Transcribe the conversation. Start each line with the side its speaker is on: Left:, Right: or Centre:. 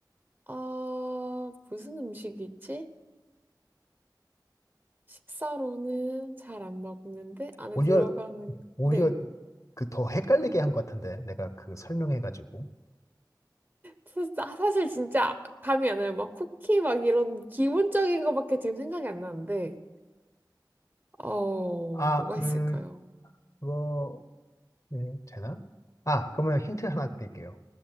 Right: 아, 무슨 음식이 지 식사로는 잘 안 먹는데 안에
Left: 오히려,
Right: 들어가는
Left: 오히려
Right: 네.
Left: 그 더 헷갈리게 한 것 같은데, 내가 그 설명해가지고.
Right: 사- 사- 사실 진짜 감이 안 와요. 막 쿠키 막 이런 기본적인 거밖에 지금 생각이 안 나는데. 어,
Left: 아,
Right: 뭐가
Left: 음,
Right: 있을까요?
Left: 그거, 네, 되나? 아, 그러면 힌트 하나 드릴게요.